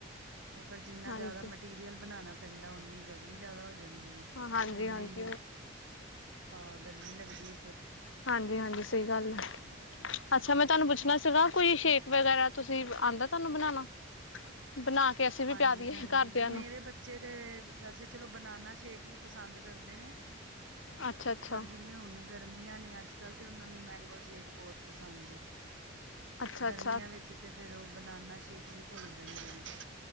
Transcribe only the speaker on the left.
ਹਾਂਜੀ
ਹਾਂਜੀ
ਹਾਂਜੀ
ਹਾਂਜੀ-ਹਾਂਜੀ ਸਹੀ ਗੱਲ ਹੈ। ਅੱਛਾ ਮੈਂ ਤੁਹਾਨੂੰ ਪੁੱਛਣਾ ਸੀਗਾ, ਕੋਈ ਸ਼ੇਕ ਵਗੈਰਾ ਤੁਸੀਂ ਆਉਂਦਾ ਤੁਹਾਨੂੰ ਬਣਾਣਾ। ਬਣਾ ਕੇ, ਅਸੀਂ ਵੀ
ਪਿਆ ਦੀਏ ਘਰਦਿਆਂ
ਨੂੰ
ਅੱਛਾ ਅੱਛਾ
ਅੱਛਾ
ਅੱਛਾ।